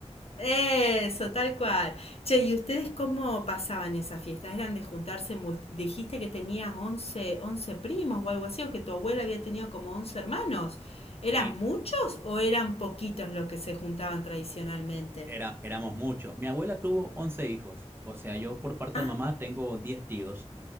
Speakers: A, on the left; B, on the right.
A: Eso, tal cual. Che, ¿y ustedes cómo pasaban esas fiestas? ¿Eran de juntarse? mul- Dijiste que tenías once, once primos o algo así, o que tu abuela había tenido como 11 hermanos. ¿Eran
B: Mi,
A: muchos o eran poquitos los que se juntaban tradicionalmente?
B: era, éramos muchos. Mi abuela tuvo 11 hijos, o sea, yo por parte
A: Ah,
B: de mamá tengo 10 tíos,